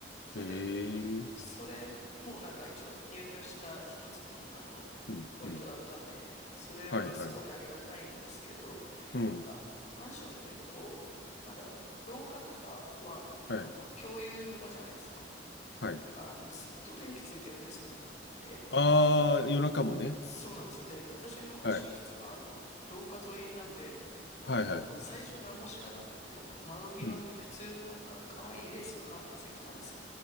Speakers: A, on the left; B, on the left.
A: それで、
B: ええ
A: それもなんか一応入居した一つの、あの、
B: うん、
A: ポイントだったんで、
B: うん。
A: それはすごいありがたいんですけど、
B: はい、はい。うん、
A: なんかマンションってこう、なんだろう、廊下とかは、
B: はい、
A: あの、共有の場じゃないですか。
B: はい。
A: だからあの、ずっと電気ついてるんですよね。で
B: ああ、夜中もね。
A: そうなんですよ。で、私の寝室が、
B: はい、
A: あの、廊下沿いなんで、
B: はい、
A: あの、
B: はい。
A: 最初何も知らなくて、あの、窓際に普通のなんか、
B: うん、
A: 可愛いレースのカーテンつけてたんですよ。